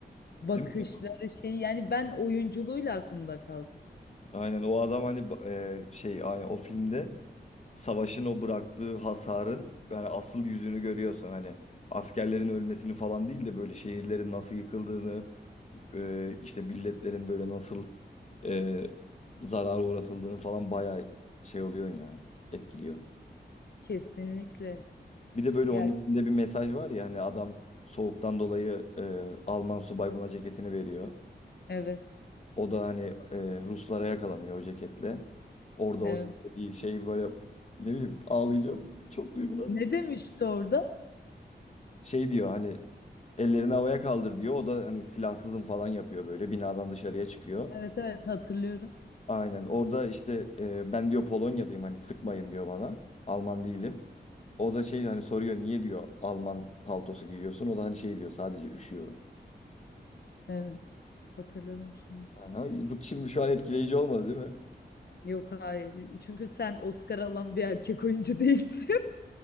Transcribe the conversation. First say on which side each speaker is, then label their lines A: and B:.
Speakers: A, on the left; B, on the left.
A: Bakışları
B: Değil mi?
A: şey yani ben oyunculuğuyla aklımda kaldı.
B: Aynen o adam hani ba- e, şey aynen o filmde savaşın o bıraktığı hasarın yani asıl yüzünü görüyorsun. Hani askerlerin ölmesini falan değil de böyle şehirlerin nasıl yıkıldığını, e, işte milletlerin böyle nasıl e, zarara uğratıldığını falan bayağı şey oluyorsun ya, etkiliyor.
A: Kesinlikle.
B: Bir de böyle
A: Ya
B: onun içinde bir mesaj var ya hani adam soğuktan dolayı e, Alman subay buna ceketini veriyor.
A: evet
B: O da hani e, Ruslara yakalanıyor o ceketle. Orada
A: evet.
B: o şey böyle ne bileyim ağlayacağım. Çok duygulandım.
A: Ne demişti orada?
B: şey diyor hani ellerini havaya kaldır diyor. O da hani silahsızım falan yapıyor böyle binadan dışarıya çıkıyor.
A: Evet evet hatırlıyorum.
B: Aynen orada işte e, ben diyor Polonya'dayım hani sıkmayın diyor bana. Alman değilim. O da şey hani soruyor niye diyor Alman paltosu giyiyorsun. O da hani şey diyor sadece üşüyorum.
A: Evet. Hatırladım şimdi.
B: Aha, bu şimdi şu an etkileyici olmadı değil mi?
A: Yok hayır. Çünkü sen Oscar alan bir erkek oyuncu değilsin.